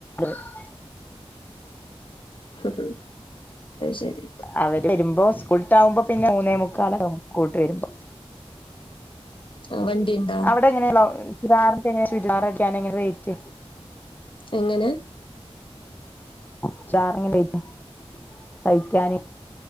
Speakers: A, on the left; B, on the left.
A: <unintelligible>
B: അത് ശരി.
A: അവര് വരുമ്പോ സ്കൂള്ട്ട് ആവുമ്പോ പിന്നെ മൂന്നേ മുക്കാലൊക്കാവും സ്ക്കൂള്ട്ട് വരുമ്പം
B: ആഹ് വണ്ടിയിണ്ടോ?
A: അവ്ടെ എങ്ങനേണ് ചുരി ചുരിദാർ അടിക്കാനെങ്ങനെ റേറ്റ്?
B: എങ്ങനെ?
A: <unintelligible> തയ്ക്കാന്?